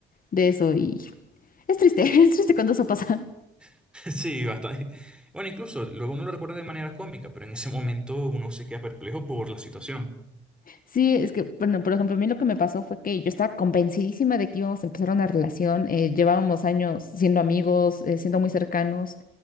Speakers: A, on the left; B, in the centre.
A: de eso Es triste, <laughs> es triste cuando eso pasa.
B: <laughs> Sí, bastante. Bueno, incluso luego uno lo recuerda de manera cómica, pero en ese momento uno se queda perplejo por la situación. <laughs>
A: Sí, es que, bueno, por ejemplo, a mí lo que me pasó fue que yo estaba convencidísima de que íbamos a empezar una relación. eh, llevábamos años siendo amigos, eh, siendo muy cercanos.